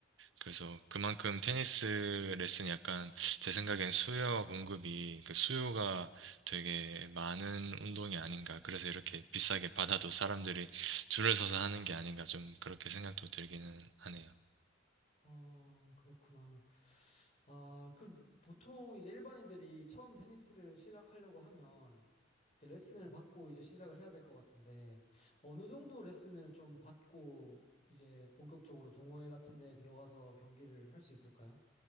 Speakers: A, on the right; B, on the left.
A: 그래서 그만큼 테니스 레슨이 약간 제 생각엔 수요와 공급이 그 수요가 되게 많은 운동이 아닌가. 그래서 이렇게 비싸게 받아도 사람들이 줄을 서서 하는 게 아닌가 좀 그렇게 생각도 들기는 하네요.
B: 어, 그렇구나. 아, 그럼 보통 이제 일반인들이 처음 테니스를 시작하려고 하면 이제 레슨을 받고 이제 시작을 해야 될 것 같은데 어느 정도 레슨을 좀 받고 이제 본격적으로 동호회 같은 데 들어가서 경기를 할 수 있을까요?